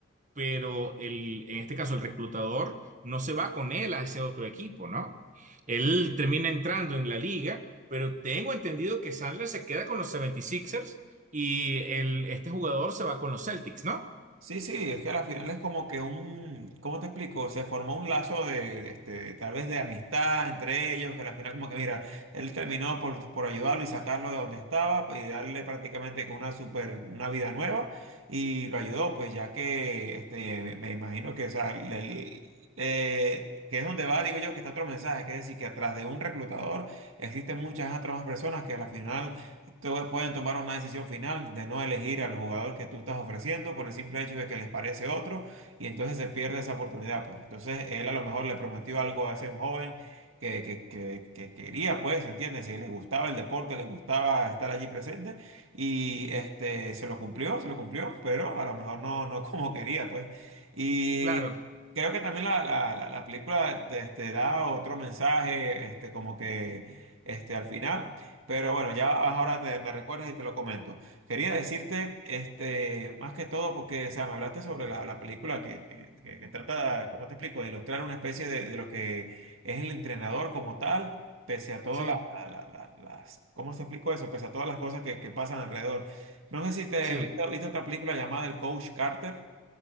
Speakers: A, on the right; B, on the right.
A: pero el, en este caso el reclutador no se va con él a ese otro equipo, ¿no? Él termina entrando en la liga, pero tengo entendido que Sandler se queda con los 76 Sixers y el, este jugador se va con los Celtics, ¿no?
B: Sí, sí, es que al final es como que un, ¿cómo te explico? Se formó un lazo de, de este, tal vez de amistad entre ellos, que al final como que mira, él terminó por, por ayudarlo y sacarlo de donde estaba pues, y darle prácticamente que una super, una vida nueva y lo ayudó, pues ya que este, me me imagino que, o sea, le- le- eh, que es donde va, digo yo, que está otro mensaje, que es decir, que atrás de un reclutador existen muchas otras personas que al final entonces pueden tomar una decisión final de no elegir al jugador que tú estás ofreciendo por el simple hecho de que les parece otro y entonces se pierde esa oportunidad, pues. Entonces él a lo mejor le prometió algo a ese joven que, que, que, que quería, pues, ¿entiendes? Si le gustaba el deporte, le gustaba estar allí presente y este, se lo cumplió, se lo cumplió, pero a lo mejor no, no <laughs> como quería, pues. Y
A: Claro,
B: creo que también la, la, la, la película este, da otro mensaje, este, como que este, al final. Pero bueno, ya ahora te- me recuerdas y te lo comento. Quería decirte, este, más que todo, porque, o sea, me hablaste sobre la, la película que, que- que- que trata, ¿cómo te explico?, de ilustrar una especie de, de lo que es el entrenador como tal, pese a todas
A: sí,
B: la- la- la- la- las, ¿cómo te explico eso? Pese a todas las cosas que, que pasan alrededor. No sé si te
A: sí.
B: viste, viste otra película llamada El Coach Carter.